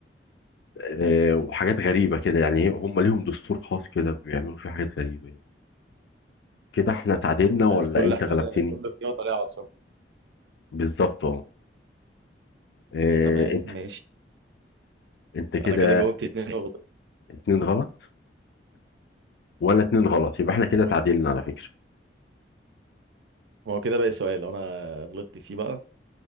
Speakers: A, on the left; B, on the right.
A: آه وحاجات غريبه كده يعني هم ليهم دستور خاص كده بيعملوا فيه حاجات غريبه يعني. كده احنا تعادلنا ولا
B: يعني كل
A: انت
B: حاجه
A: غلبتني
B: كل رياضه ليها عاصمه
A: بالظبط آه،
B: تمام
A: انت
B: ماشي
A: انت كده
B: انا كده جاوبت اتنين وغلطت
A: اتنين غلط وانا اتنين غلط يبقى احنا كده
B: وت-
A: تعادلنا على فكرة
B: ما هو كده باقي سؤال لو انا غلطت فيه بقى